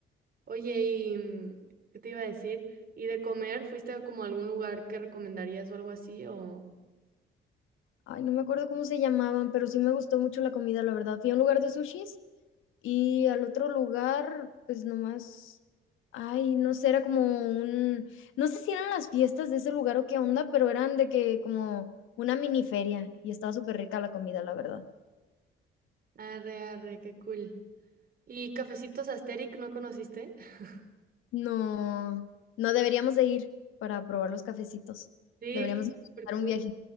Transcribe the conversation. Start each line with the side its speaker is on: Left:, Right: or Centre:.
Right: Oye, ¿y mm, qué te iba a decir? ¿Y de comer fuiste a como a algún lugar que recomendarías o algo así o
Left: Ay, no me acuerdo cómo se llamaban, pero sí me gustó mucho la comida, la verdad. Fui a un lugar de sushis y al otro lugar, pues nomás, ay, no sé, era como un, no sé si eran las fiestas de ese lugar o qué onda, pero eran de que como una mini feria y estaba súper rica la comida, la verdad.
Right: Arre, arre, qué cool. ¿Y Cafecitos Asterix no conociste? <laughs>
Left: No, no deberíamos de ir para probar los cafecitos.
Right: Sí,
Left: Deberíamos
Right: está súper cool.
Left: organizar un viaje.